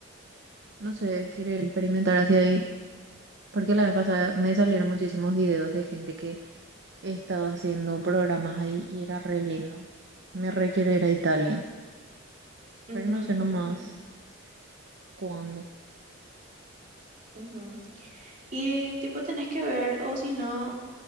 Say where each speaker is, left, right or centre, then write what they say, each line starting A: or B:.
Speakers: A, on the right; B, on the right.
A: no sé, quiero ir a experimentar hacia ahí. Porque la vez pasada me salieron muchísimos videos de gente que estaba haciendo programas ahí y era re lindo. Me re quiero ir a Italia, pero
B: ujú,
A: no sé nomás
B: ujú,
A: cuándo.
B: ujú. Y tipo tenés que ver, o si no,